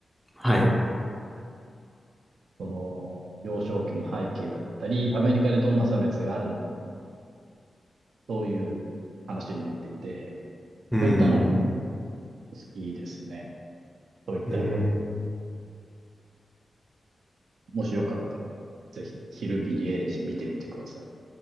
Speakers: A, in the centre; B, on the right.
A: はい。
B: その幼少期の背景だったり、アメリカでどんな差別があるのか、そういう話になっていて、
A: うーん。
B: そういったのが好きですね。そういった映画。
A: うーん。
B: もしよかったら、ぜひ、ヒルビリーエレジー見てみてください。